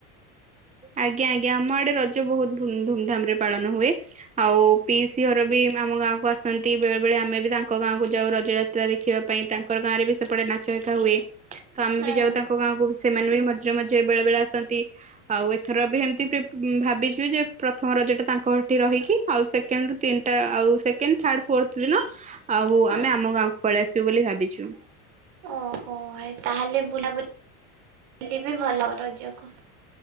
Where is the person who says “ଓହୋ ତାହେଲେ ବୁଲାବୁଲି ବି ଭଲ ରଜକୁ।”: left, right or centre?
Right